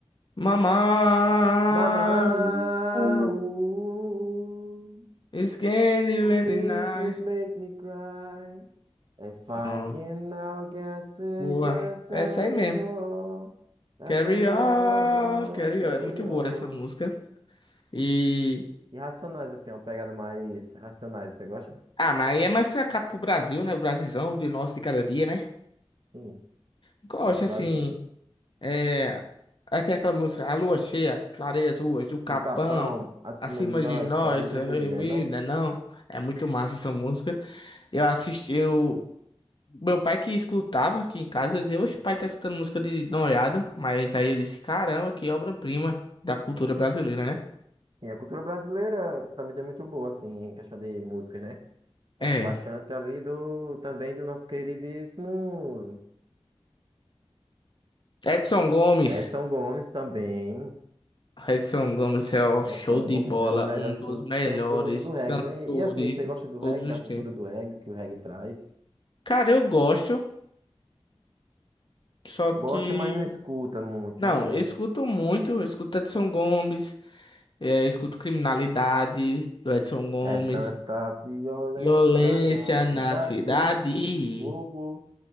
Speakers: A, on the left; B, on the right.
A: Mamá.
B: Mama,
A: uh, uh,
B: ooh,
A: It's candy when
B: make
A: it's night.
B: you make me cry. If
A: Ó,
B: I can now get sick,
A: boa.
B: yes,
A: Essa
B: I
A: aí
B: get
A: mesmo.
B: all. I
A: Carry
B: carry
A: on,
B: on,
A: carry
B: carry
A: on. É muito boa
B: on.
A: essa música. E.
B: E Racionais, assim, é uma pegada mais Racionais. Você gosta?
A: Ah, mas aí é mais pra cá pro Brasil, né? O Brasilzão de nosso de cada dia, né?
B: Sim,
A: Gosto,
B: nosso Brasil.
A: assim. É, Aí tem aquela música, a lua cheia, clareia as ruas do Capão,
B: Do Capão, acima
A: acima
B: de nós,
A: de nós,
B: só Deus
A: é,
B: o livre, né?
A: menina,
B: Não?
A: não. É muito massa essa música. Eu assisti, eu... Meu pai que escutava aqui em casa eu dizia, oxe, pai tá escutando música de Noriado. Mas aí eu disse, caramba, que obra-prima da cultura brasileira, né?
B: Sim, a cultura brasileira também é muito boa, assim, em questão de músicas, né? Gosto
A: É.
B: bastante ali do, também do nosso queridíssimo
A: Edson Gomes.
B: Edson Gomes também.
A: Edson Gomes é o
B: Edson
A: show de
B: Gomes
A: bola,
B: é o melhor
A: um
B: de
A: dos
B: todos
A: melhores
B: os tempos do mundo do reggae,
A: cantores
B: né? E, e assim, você
A: de
B: gosta do
A: todos
B: reggae,
A: os
B: da cultura
A: tempos.
B: do reggae, o que o reggae traz?
A: Cara, eu gosto, só
B: Gosta,
A: que
B: mas não escuta muito,
A: Não,
B: né? Não tem...
A: eu escuto muito, eu escuto Edson Gomes, eh, eu escuto Criminalidade do Edson Gomes,
B: É tanta violência
A: Violência
B: na cidade,
A: na Cidade,
B: Hugo,